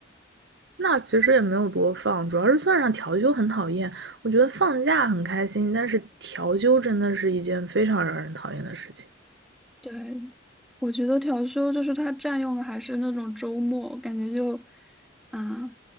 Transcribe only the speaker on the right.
那其实也没有多放，主要是算上调休很讨厌。我觉得放假很开心，但是调休真的是一件非常让人讨厌的事情。